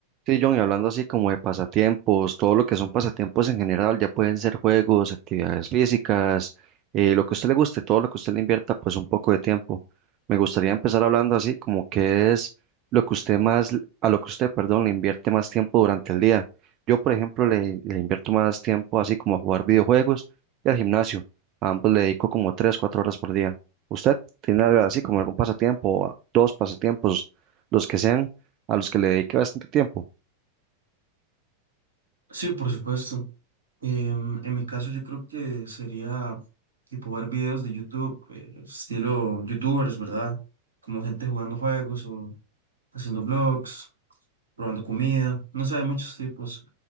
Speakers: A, on the right; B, on the right.
A: Sí, John, y hablando así como de pasatiempos, todo lo que son pasatiempos en general, ya pueden ser juegos, actividades físicas, eh, lo que a usted le guste, todo lo que usted le invierta, pues un poco de tiempo. Me gustaría empezar hablando así como qué es lo que usted más, a lo que usted, perdón, le invierte más tiempo durante el día. Yo, por ejemplo, le, le invierto más tiempo así como a jugar videojuegos y al gimnasio. A ambos le dedico como tres, cuatro horas por día. ¿Usted tiene algo así como algún pasatiempo, o dos pasatiempos, los que sean, a los que le dedique bastante tiempo?
B: Sí, por supuesto. Em, en mi caso yo creo que sería tipo ver videos de YouTube, eh, estilo YouTubers, ¿verdad? Como gente jugando juegos o haciendo vlogs, probando comida, no sé, hay muchos tipos.